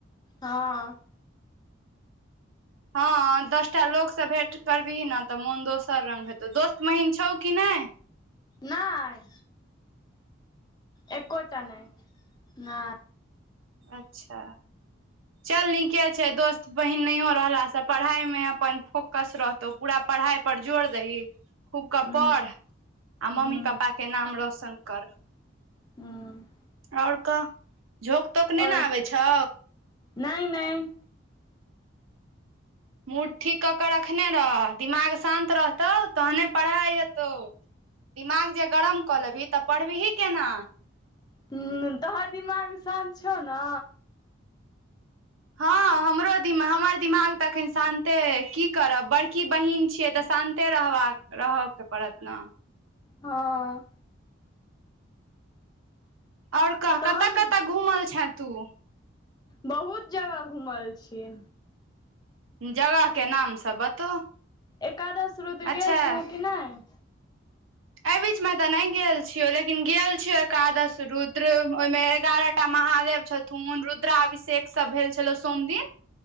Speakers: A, on the left (about 20°); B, on the right (about 85°).
A: हँ।
B: हँ, दसटा लोको सँ भेंट करबही ने तऽ मोन दोसर रंग हेतौ दोस्त महीन छौ कि नहि।
A: नहि। एकोटा नहि न।
B: अच्छा। चल नीके छै, दोस्त बहिन नहियो रहलासँ पढ़ाईमे अपन फोकस रहतौ पूरा। पढ़ाई पर जोर दाहि। खूबके
A: ह
B: पढ़ आ मम्मी
A: ह
B: पापाके नाम रोशन कर।
A: हँ।
B: आओर कह झोक तोक नहि
A: आओर
B: ने आबै छौ।
A: नहि, नहि।
B: मूड ठीक कऽ कऽ रखने रह दिमाग शान्त रहतौ तहने पढ़ाई हेतौ। दिमाग जे गरम कऽ लेबही तऽ पढ़बही केना।
A: हू, तोहर दिमाग शान्त छौ न।
B: हँ, हमरो दिम हमर दिमाग तऽ अखन शान्ते की करब बड़की बहीन छियै। तऽ शान्ते रहबा कऽ रहऽ के पड़त ने।
A: हँ।
B: आओर कह
A: तहन
B: कतऽ कतऽ घूमल छै तू।
A: बहुत जगह घुमल छिये।
B: जगह के नाम सब बतो
A: एकादश रुद्र
B: अच्छा
A: गेल छल कि नहि।
B: एहि बीचमे तऽ नहि गेल छियऔ लेकिन गेल छियौ एकादश रुद्र ओहिमे एगारहटा महादेव छथि। थून रुद्राभिषेक सभ भेल छलो सोमदिन।